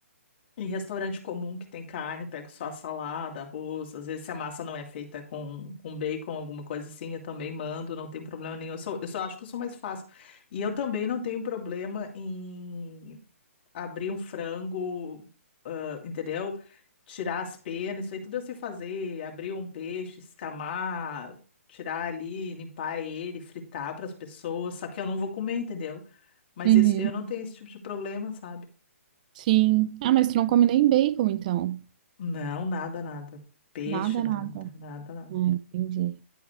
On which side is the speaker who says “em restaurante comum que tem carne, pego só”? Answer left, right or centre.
Left